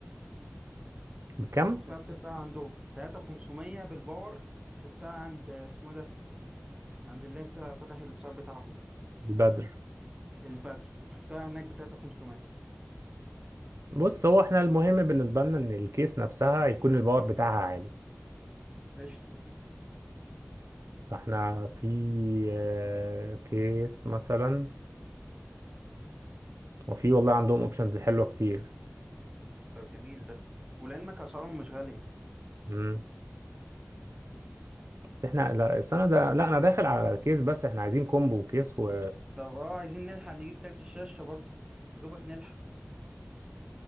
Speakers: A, on the right; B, on the right.
A: بكم
B: شفتها بتتباع عندهم 3500 بالباور شفتها عند اسمه إيه ده عند اللي انت فاتح الشاب بتاعهم ده
A: البدر
B: البدر شفتها هناك ب 3500
A: بص هو احنا المهم بالنسبه لنا ان الكيس نفسها يكون الباور بتاعها عالي
B: قشطة
A: فاحنا في آه، كيس مثلا وفي والله عندهم اوبشنز حلوه كتير
B: طب جميل ده ولعلمك اسعارهم مش غاليه
A: امم بس احنا لا السنه ده لا انا داخل على كيس بس احنا عايزين كومبو كيس و
B: طب اه عايزين نلحق نجيب كارت الشاشه برضه يا دوبك نلحق